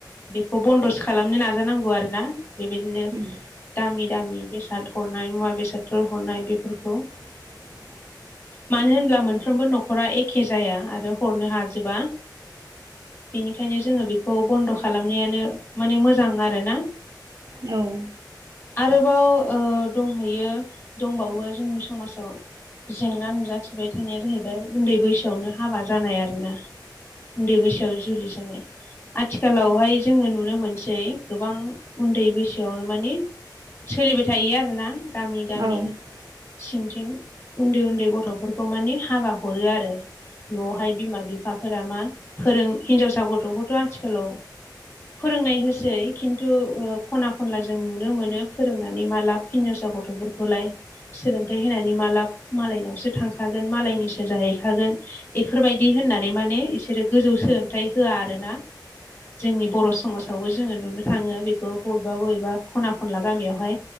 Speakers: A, on the left; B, on the right.
A: बेखौ बन्दसो खालामनो नाजानांगौ आरोना बेबायदिनो
B: उम
A: दामि दामि बेसाद हरनाय मुवा बेसादफोर हरनाय बेफोरखौ।
B: <inaudible>
A: मानो होनब्ला मोनफ्रोमबो न'खरा एखे जाया आरो हरनो हाजोबा। बेनिखायनो जोङो बिखौ बन्द' खालामनायानो माने मोजां आरोना।
B: औ
A: आरोबाव ओ दंहैयो दंबावो जोंनि समाजाव जेंना नुजाथिबाय थानाया जाहैबाय उन्दै बैसोआवनो हाबा जानाय आरो ना उन्दै बैसोआव जुलि जानाय। आथिखालावहाय जोङो नुनो मोनसै गोबां उन्दै बैसोआवनो माने सोलिबाय थायो आरो ना गामि गामि
B: औ
A: सिंथिं उन्दै उन्दै गथ'फोरखौ मानि हाबा हरो आरो। न'आवहाय बिमा बिफाफोरा मा फोरों हिनजावसा गथ'खौथ' आथिखालाव फोरोंनाय होसै खिन्थु ओ खना खनला जों नुनो मोनो फोरोंनानै मा लाब हिनजावसा गथ'फोरखौलाय सोलोंथाइ होनानै माला मालायनावसो थांखागोन मालायनिसो जाहैखागोन इफोर बायदि होननानै माने बिसोरो गोजौ सोलोंथाइ होआ आरोना। जोंनि बर' समाज आवबो जोङो नुनो थाङो बेखौ बबेबा बबेबा खना खनला गामियावहाय